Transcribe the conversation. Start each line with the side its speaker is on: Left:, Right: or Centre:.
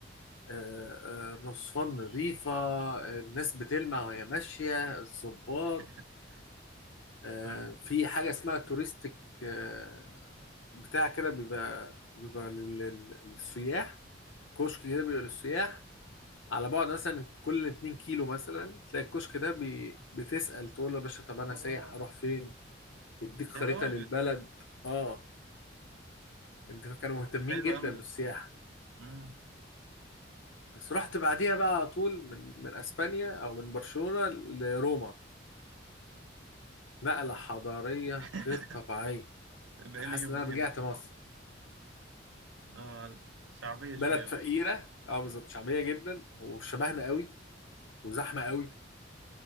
Left: آه، آه، الرصفان نظيفة آه، الناس بتلمع وهي ماشية الصباط
Right: <laughs>
Left: آه،
Right: اه
Left: في حاجة اسمها توريستيك آه، بتاع كده بيبقى بيبقى لل- لل- للسياح كشك كده بيبقى للسياح على بعد مثلا كل 2 كيلو مثلا تلاقي الكشك ده بي- بتسأل تقول له يا باشا طب أنا
Right: آه،
Left: سايح أروح فين يديك خريطة
Right: يا راجل
Left: للبلد اه انت كانوا مهتمين
Right: حلو
Left: جدا
Right: قوي ده
Left: بالسياحة
Right: امم
Left: بس رحت بعديها بقى على طول من من اسبانيا او من برشلونة لروما نقلة حضارية
Right: <laughs>
Left: غير طبيعية
Right: ده
Left: انا
Right: ايه اللي
Left: حاسس
Right: جابني
Left: ان انا
Right: هنا
Left: رجعت مصر
Right: اه شعبية شوية
Left: بلد فقيرة اه بالظبط شعبية جدا وشبهنا قوي وزحمة قوي